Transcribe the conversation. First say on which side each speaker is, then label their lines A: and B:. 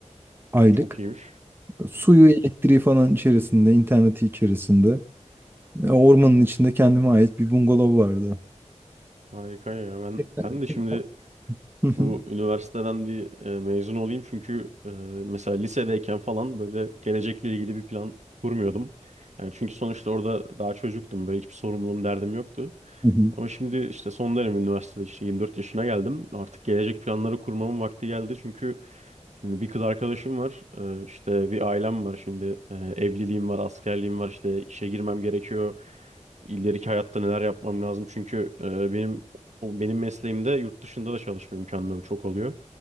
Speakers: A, on the right (about 15°); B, on the right (about 65°).
A: aylık.
B: Çok iyiymiş.
A: Suyu, elektriği falan içerisinde, interneti içerisinde. E, Ormanın içinde kendime ait bir bungalov vardı.
B: Harika ya. Ben
A: Tek- tek-
B: ben de şimdi
A: Hı hı.
B: bu üniversiteden bir e, mezun olayım çünkü e, mesela lisedeyken falan böyle gelecekle ilgili bir plan kurmuyordum. Yani çünkü sonuçta orada daha çocuktum. Böyle hiçbir sorumluluğum, derdim yoktu.
A: Hı hı.
B: Ama şimdi işte son dönem üniversitede işte 24 yaşına geldim. Artık gelecek planları kurmamın vakti geldi. Çünkü şimdi bir kız arkadaşım var. Ee, işte bir ailem var. Şimdi e, evliliğim var, askerliğim var. İşte işe girmem gerekiyor. İleriki hayatta neler yapmam lazım. Çünkü e, benim o benim mesleğimde yurt dışında da çalışma imkanları çok oluyor.